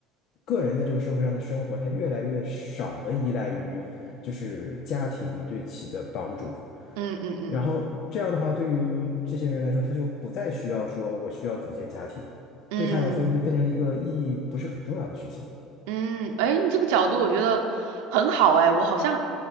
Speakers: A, on the left; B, on the right.
A: 个人在这个社会上的生活，它越来越少的依赖于就是家庭对其的帮助，
B: 嗯嗯嗯嗯
A: 然后这样的话，对于这些人来说，他就不再需要说我需要组建家庭，
B: 嗯。
A: 对他来说就变成了一个意义不是很重要的事情。
B: 嗯嗯，哎，你这个角度我觉得很好哎，我好像